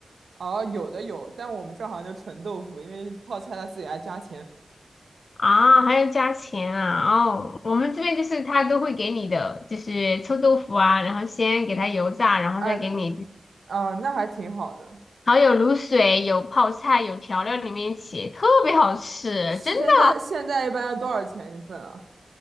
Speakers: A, on the right; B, on the left.
A: 哦，有的有，但我们这儿好像就纯豆腐，因为泡菜他自己还加钱。
B: 啊，还要加钱啊！哦，我们这边就是他都会给你的，就是臭豆腐啊，然后先给它油炸，然后再给你，
A: 啊啊，那还挺好的。
B: 还有卤水、有泡菜、有调料里面一起，特别好吃，
A: 现在现在一般要多少钱一份啊？
B: 真的。